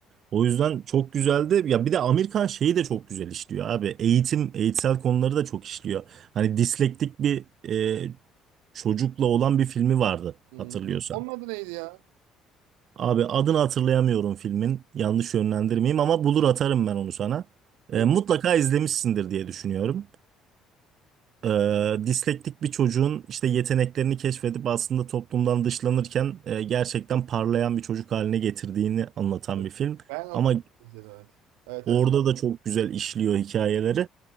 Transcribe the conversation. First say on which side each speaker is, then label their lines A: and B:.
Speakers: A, on the right; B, on the right.
A: O yüzden çok güzeldi. Ya bir de Amerikan şeyi de çok güzel işliyor abi. Eğitim, eğitsel konuları da çok işliyor. Hani dislektik bir e, çocukla olan bir filmi vardı
B: Hmm.
A: hatırlıyorsan.
B: Onun adı neydi ya?
A: Abi adını hatırlayamıyorum filmin. Yanlış yönlendirmeyeyim ama bulur atarım ben onu sana.
B: Oğlum.
A: E, mutlaka izlemişsindir diye düşünüyorum. E, dislektik bir çocuğun işte yeteneklerini keşfedip aslında toplumdan dışlanırken e, gerçekten parlayan bir çocuk haline getirdiğini anlatan
B: Evet.
A: bir film.
B: Ben of
A: Ama
B: izledim evet. Evet
A: orada
B: evet.
A: da çok güzel işliyor hikayeleri.